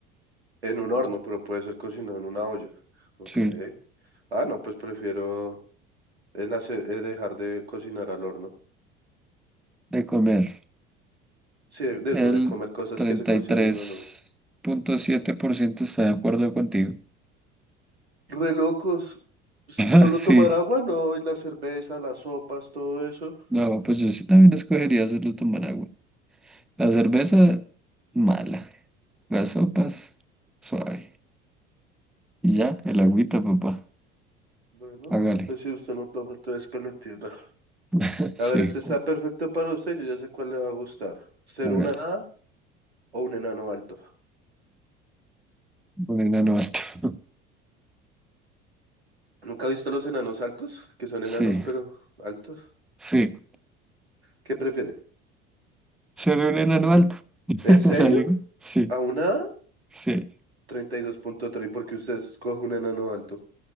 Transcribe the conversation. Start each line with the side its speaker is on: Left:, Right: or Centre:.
Right: En un horno, pero puede ser cocinado en una olla. Ok.
Centre: Sí,
Right: Ah, no, pues prefiero el hacer- eh, dejar de cocinar al horno.
Centre: de comer.
Right: Sí, de
Centre: El
Right: eso, de comer cosas
Centre: treinta
Right: que se cocinan
Centre: y tres
Right: al horno.
Centre: punto siete por ciento está de acuerdo contigo. <laughs>
Right: Re locos. S-
Centre: Ah,
Right: Solo
Centre: Sí,
Right: tomar agua, no, y la cerveza, las sopas, todo eso.
Centre: no, pues yo sí también escogería solo tomar agua. La cerveza, mala. Las sopas, suave. Y ya, el agüita, papá.
Right: Bueno,
Centre: Hágale.
Right: pues si usted no toma, entonces pues lo entiendo.
Centre: <laughs> Sí,
Right: A ver, este está perfecto para usted, yo ya sé cuál le va a gustar. ¿Ser
Centre: hágale.
Right: una hada o un enano alto?
Centre: Un enano alto. <laughs>
Right: ¿Nunca ha visto los enanos altos? Que son
Centre: Sí,
Right: enanos, pero altos.
Centre: sí.
Right: ¿Qué prefiere?
Centre: Ser un enano alto. <laughs>
Right: ¿En serio?
Centre: ¿Sale? Sí,
Right: ¿A una hada?
Centre: sí.
Right: 32.3, porque usted escoge un enano alto.